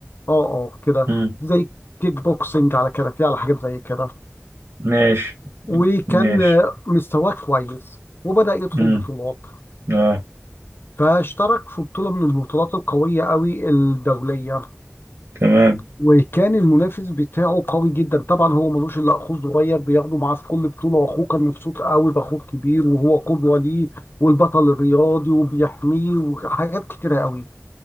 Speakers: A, on the left (about 50°); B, on the right (about 80°).
A: اه اه كده
B: مم.
A: زي كيك بوكسنج على كاراتيه على حاجات زي كده
B: ماشي
A: وكان
B: ماشي
A: آه، مستواه كويس وبدأ يدخل
B: مم.
A: بطولات
B: اه
A: فاشترك في بطولة من البطولات القوية قوي الدولية
B: تمام
A: وكان المنافس بتاعه قوي جدا طبعا هو ملوش الا اخوه الصغير بياخده معاه في كل بطوله واخوه كان مبسوط قوي باخوه الكبير وهو قدوه ليه والبطل الرياضي وبيحميه وحاجات كتيره قوي